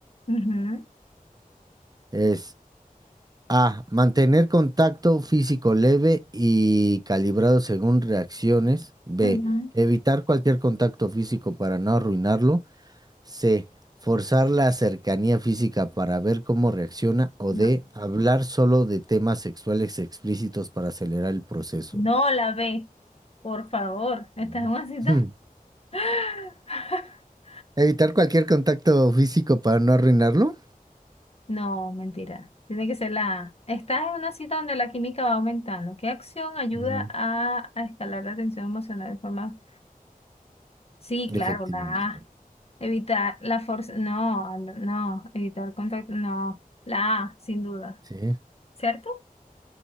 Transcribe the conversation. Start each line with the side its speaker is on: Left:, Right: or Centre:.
Left: ujú,
Right: Es A, mantener contacto físico leve y calibrado según reacciones. B,
Left: ujú.
Right: evitar cualquier contacto físico para no arruinarlo. C. Forzar la cercanía física para ver cómo reacciona. O
Left: No.
Right: D. Hablar solo de temas sexuales explícitos para acelerar el proceso.
Left: No la ve, por favor. Esta
Right: Ujú,
Left: es una cita.
Right: Hmm.
Left: <laughs>
Right: Evitar cualquier contacto físico para no arruinarlo.
Left: No, mentira. Tiene que ser la A. Estás en una cita donde la química va aumentando. ¿Qué acción ayuda
Right: ujú.
Left: a, a escalar la tensión emocional de forma? Sí, claro,
Right: Efectivamente.
Left: la A. Evitar la fuerza, no, no, evitar contacto, no, la A, sin duda,
Right: Sí.
Left: ¿cierto?